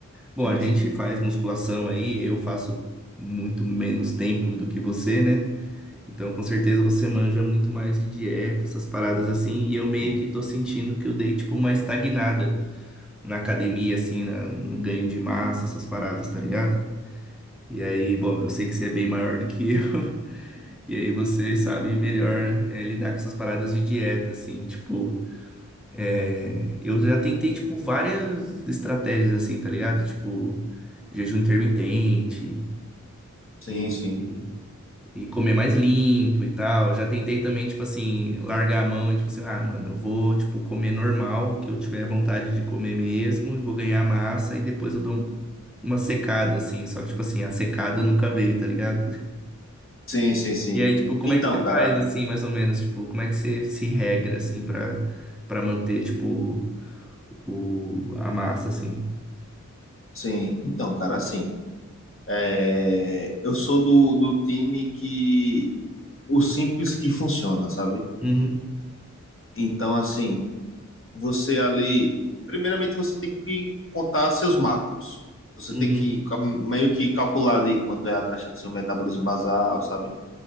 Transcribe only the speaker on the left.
Sim,
sim,
sim,
sim,
sim,
sim, sim, sim.
Então,
cara,
sim, então, cara, assim, é, eu sou do, do time que o simples que funciona, sabe?
Então, assim, você ali, primeiramente você tem que contar seus macros. Você
tem que ca- meio que calcular ali quanto é a taxa do seu metabolismo basal, sabe?